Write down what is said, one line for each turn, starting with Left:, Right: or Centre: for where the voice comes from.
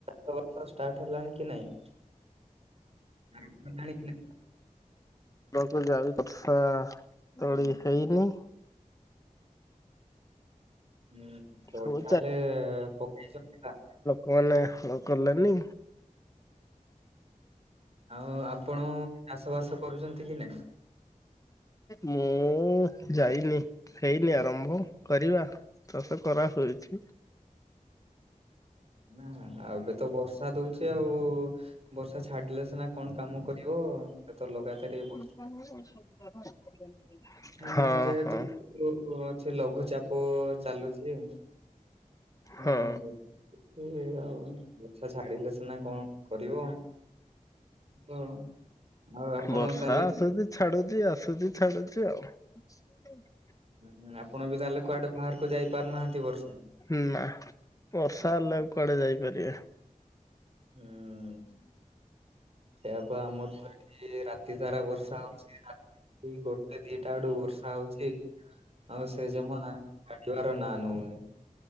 Right: <inaudible> ଷ୍ଟାଟ ହେଲାଣି କି ନାଇଁ ଆରମ୍ଭ ହେଲାଣି କି ନାଇଁ।
Left: <inaudible> କୁ ଯାଉ ବର୍ଷା ତଳୀ ହେଇନି।
Right: ହୁଁ ତଳି
Left: ସବୁ
Right: ତାହେଲେ ପକେଇଚନ୍ତି ନା।
Left: କଲେ ହଳ କଲେନି।
Right: ଆଉ ଆପଣ ଚାଷ ବାସ କରୁଛନ୍ତି କି ନାଇଁ?
Left: ମୁଁ ଯାଇନି ହେଇନି ଆରମ୍ଭ କରିବା। ଚାଷ କରା ହୋଇଛି।
Right: ନା ଆଉ ଏବେ ତ ବର୍ଷା ଦଉଛି ଆଉ। ବର୍ଷା ଛାଡିଲେ ସିନା କଣ କାମ କରିବ ଏ ତ ଲଗା ତାର ଏ ବଷ
Left: <unintelligible> <unintelligible>
Right: ହୁଁ ଯେହେତୁ
Left: ହଁ
Right: ଅଛି ଲଘୁଚାପ ଚାଲୁଛି। ହୁଁ
Left: ହଁ
Right: ବ ହୁଁ ଆଉ ବଛା ଛାଡିଲେ ସିନା କଁ କରିବ। ତ ଆଉ ଆପଣ
Left: ବର୍ଷା
Right: ତାହେଲେ।
Left: ଆସୁଛି ଛାଡୁଛି ଆସୁଛି ଛାଡୁଛି ଆଉ। ଅା <inaudible>
Right: ହୁଁ ଆପଣ ବି ତାହେଲେ କୁଆଡେ ବାହାରକୁ ଯାଇ ପାରୁ ନାହାନ୍ତି ବର୍ଷା‌ରେ।
Left: ନା ବର୍ଷା ହେଲେ ଆଉ କୁଆଡେ ଯାଇପାରିବେ।
Right: ହୁଁ। ସେୟା ତ ଆମର ତ ଏଠି ରାତି ସାରା ବର୍ଷା ହଉଛି ରାତି ଗୋଟେ ଦିଟା ଠୁ ବର୍ଷା ହଉଛି। <unintelligible> ଆଉ ସେ ଜମା ଛାଡ଼ିବାର ନାଁ ନଉନି।